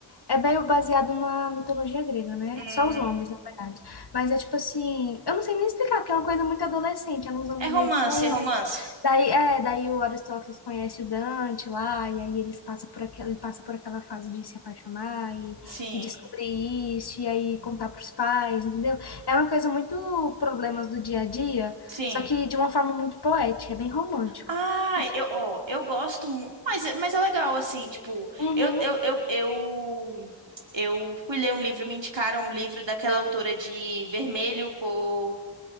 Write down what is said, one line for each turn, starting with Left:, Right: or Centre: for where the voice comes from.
Left: é meio baseado na mitologia grega, né?
Right: Hum.
Left: Só os nomes, na verdade. Mas é tipo assim, eu não sei nem explicar, porque é uma coisa muito adolescente, é nos anos
Right: É romance,
Left: 80.
Right: é romance.
Left: Daí, é, daí o Aristóteles conhece o Dante lá, e aí eles passam por aquela, ele passa por aquela fase de se apaixonar e,
Right: Sim,
Left: e descobrir isso, e aí contar pros pais, entendeu? É uma coisa muito problemas do dia a dia,
Right: sim.
Left: só que de uma forma muito poética, é bem romântico.
Right: Ah,
Left: E, tipo,
Right: eu, ó, eu gosto, mu- mas, é- mas é legal, assim, tipo,
Left: uhum.
Right: eu, eu, eu, eu, eu fui ler um livro, me indicaram um livro daquela autora de Vermelho, Cor,